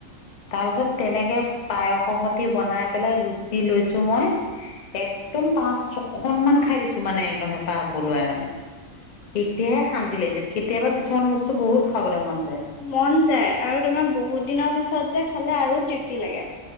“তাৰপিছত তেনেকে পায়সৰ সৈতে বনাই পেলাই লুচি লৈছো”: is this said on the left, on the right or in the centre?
Left